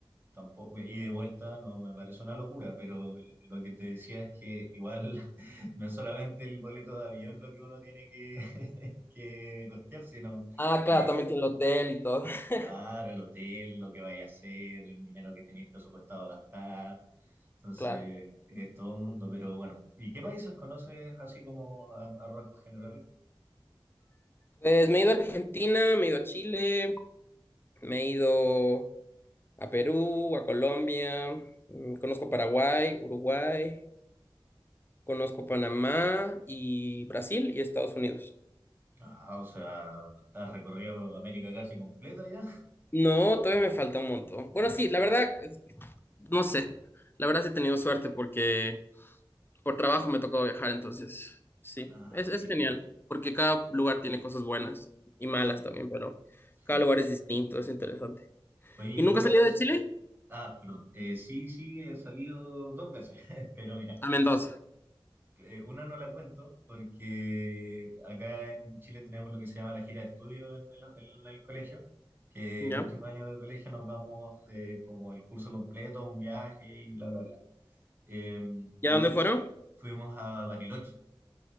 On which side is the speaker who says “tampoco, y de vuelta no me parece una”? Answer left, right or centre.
Right